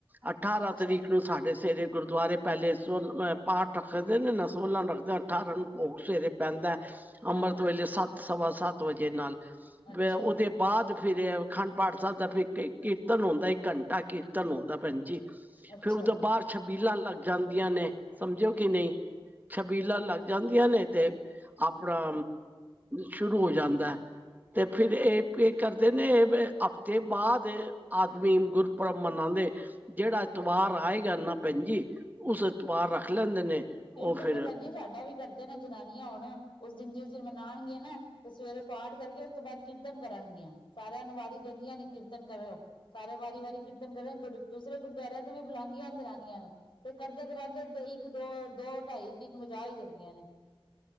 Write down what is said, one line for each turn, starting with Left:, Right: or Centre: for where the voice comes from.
Right: ਅਠਾਰਾਂ
Left: ਅੱਛਾ
Right: ਤਰੀਕ ਨੂੰ ਸਾਡੇ ਸਵੇਰੇ ਗੁਰਦੁਆਰੇ ਪਹਿਲੇ ਸ ਪਾਠ ਰੱਖਦੇ ਨੇ ਨਾ, ਸ਼ੋਲਾ ਨੂੰ ਰੱਖਦੇ ਅਠਾਰਾਂ ਨੂੰ ਭੋਗ ਸਵੇਰੇ ਪੈਂਦਾ,
Left: ਹਾਂ
Right: ਅੰਮ੍ਰਿਤ ਵੇਲੇ ਸੱਤ ਸਵਾ -ਸੱਤ ਵਜੇ ਨਾਲ
Left: ਅੱਛਾ
Right: ਉਹਦੇ ਬਾਅਦ ਫਿਰ, ਅਖੰਡ ਪਾਠ ਸਾਹਿਬ ਦਾ ਫਿਰ ਕੀਰਤਨ ਹੁੰਦਾ, ਇੱਕ ਘੰਟਾ ਕੀਰਤਨ ਹੁੰਦਾ ਭੈਣ ਜੀ। ਫੇਰ
Left: ਅੱਛਾ
Right: ਉਸ ਤੋਂ ਬਾਹਰ, ਛਬੀਲਾਂ ਲੱਗ ਜਾਂਦੀਆਂ ਨੇ, ਸਮਝੇ ਓ ਕਿ ਨਹੀਂ ਛਬੀਲਾ, ਲੱਗ ਜਾਂਦੀਆਂ ਨੇ ਤੇ ਆਪਣਾ ਸ਼ੁਰੂ ਹੋ ਜਾਂਦਾ ਤੇ ਫਿਰ, ਇਹ ਕੇ ਕਰਦੇ ਨੇ ਹਫ਼ਤੇ ਬਾਅਦ ਆਦਮੀ, ਗੁਰਪੁਰਬ ਮਨਾਉਂਦ ਜਿਹੜਾ, ਇਤਵਾਰ ਆਏਗਾ ਨਾ ਭੈਣ ਜੀ, ਉਸ ਇਤਵਾਰ ਰੱਖ ਲੈਂਦੇ ਨੇ
Left: ਕੀਰਤਨ,
Right: ਉਹ ਫਿਰ
Left: ਤੇ ਭੈਣ ਜੀ ਸਾਡਾ ਵੀ ਕਰਦੇ ਨੇ, ਜਨਾਨੀਆਂ ਹੁਣ, ਉਸ ਦਿਨ ਜਿਸ ਦਿਨ, ਮਨਾਣਗੇ ਨਾ ਤੇ ਸਵੇਰੇ ਪਾਠ ਕਰਕੇ, ਉਸ ਤੋਂ ਬਾਅਦ ਕੀਰਤਨ ਕਰਨਗੀਆਂ, ਸਾਰਿਆਂ ਨੂੰ ਵਾਰੀ ਦੇਦੀਆਂ ਨੇ, ਕੀਰਤਨ ਕਰੋ ਸਾਰੇ ਵਾਰੀ-ਵਾਰੀ ਕੀਰਤਨ ਕਰਨ ਦੂਸਰੇ ਗੁਰਦੁਆਰਿਆਂ ਤੋਂ ਵੀ, ਬੁਲਾਉਂਦੀਆਂ ਜਨਾਨੀਆਂ ਨੂੰ ਤੇ, ਕਰਦੇ- ਕਰਾਂਦੇ ਇੱਕ ਦੋ, ਦੋ -ਢਾਈ ਤਿੰਨ, ਵਜਾ ਹੀ ਦਿੰਦੀਆਂ ਨੇ,